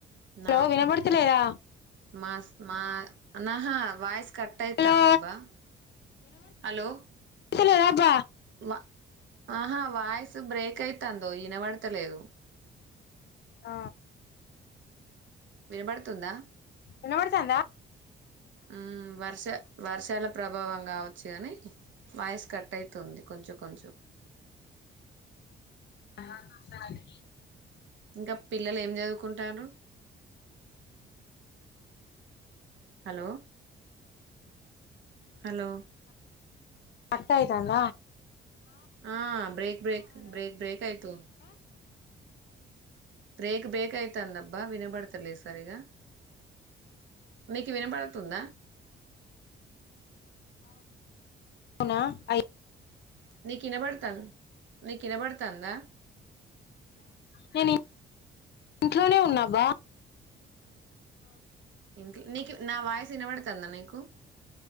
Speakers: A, on the right; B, on the left.
A: నా
B: హలో వినబడుతలేదా
A: మాస్ మా నాహా వాయిస్ కట్టయితంది
B: హలో
A: దబ్బా హలో
B: తలేదా జా
A: వా ఆహా వాయిస్ బ్రేక్ అయితందోయి వినవడతలేదు
B: ఆ
A: వినబడుతుందా
B: వినవడుతందా
A: ఉ వర్ష వర్షాల ప్రభావం కావచ్చు కాని వాయిసు కట్ అయి తుంది కొంచెం కొంచెం
B: ఆహ సరాగిని
A: ఇంకా పిల్లలే ఏం చదువుకుంటారు హలో హలో
B: కట్టయితంద
A: ఆ బ్రేక్ బ్రేక్ బ్రేక్ బ్రేక్ అయితు బ్రేక్ బ్రేకయి తందబ్బ వినబడు తెలేదు సరిగా మీకు వినబడ తుంద
B: నా అయి
A: నీకు వినబడుతల్ నీకు వినబడతందా
B: నేను ఇంట్లోనే ఉన్నావా
A: ఇంట్లో నీకు నా వాయిస్ ఇనవాడు తంద నీకు